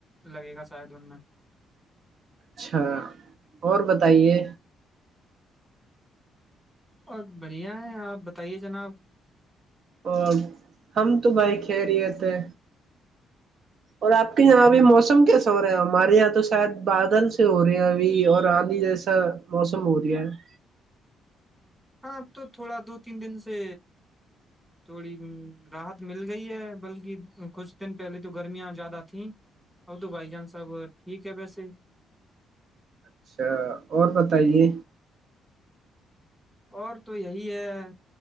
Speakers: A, in the centre; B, on the right.
A: لگے گا شاید ان میں
B: اچھا اور بتائیے
A: اور بڑھیا ہے آپ بتائیے جناب
B: اور ہم تو بھائی کہہ رہی تھے اور آپ کے یہاں ابھی موسم کیسا ہو رہا ہے ہمارے یہاں تو شاید بادل سے ہو رہے ہیں ابھی اور آندھی جیسا موسم ہو رہا ہے
A: ہاں اب تو تھوڑا دو تین دن سے تھوڑی راحت مل گئی ہے بلکہ کچھ دن پہلے تو گرمیاں زیادہ تھیں اب تو بھائی جان صاحب ٹھیک ہے ویسے
B: اچھا اور بتائیے
A: اور تو یہی ہے